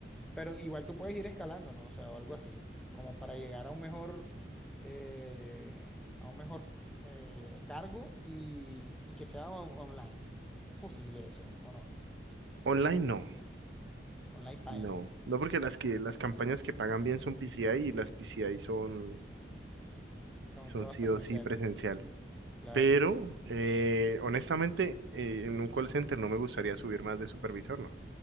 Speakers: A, in the centre; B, on the right (about 80°).
A: pero igual tú puedes ir escalando, ¿no? O sea, o algo así, como para llegar a un mejor, eh, a un mejor eh, cargo y, y que sea on- online. ¿Es posible eso o no?
B: Online no,
A: Online paila.
B: no, no porque las que las campañas que pagan bien son PCI y las PCI son,
A: Son
B: son
A: todas
B: sí
A: presenciales,
B: o sí presencial.
A: claro.
B: Pero eh, honestamente, eh, en un call
A: Ujú.
B: center no me gustaría subir más de supervisor, no.